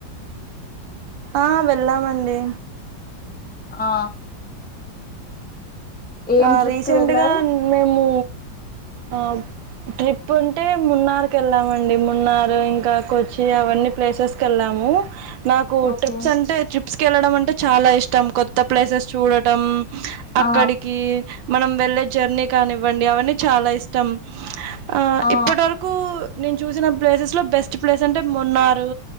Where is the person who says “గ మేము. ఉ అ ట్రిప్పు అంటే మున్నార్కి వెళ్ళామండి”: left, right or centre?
Right